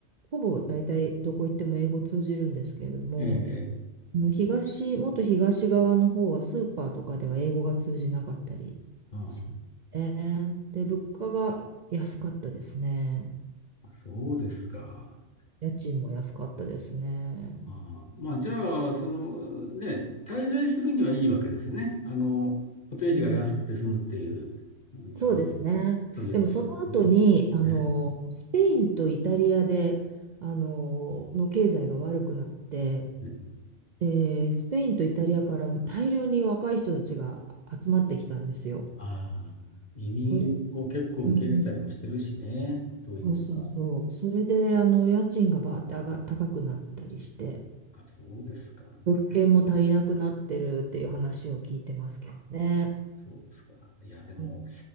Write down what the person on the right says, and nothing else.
ほぼ大体どこ行っても英語通じるんですけれども
あの東もっと東側の方はスーパーとかでは英語が通じなかったり
しますね。で物価が安かったですね。
家賃も安かったですね。
うん
そうですね。
でもその後に、あの、
スペインとイタリアで、あの、の経済が悪くなって、
で、スペインとイタリアからも大量に若い人たちが集まってきたんですよ。
それ、うん
そうそうそう。それで、あの、家賃がバーって上が、高くなったりして、
物件も足りなくなってるっていう話を聞いてますけどね。
うん、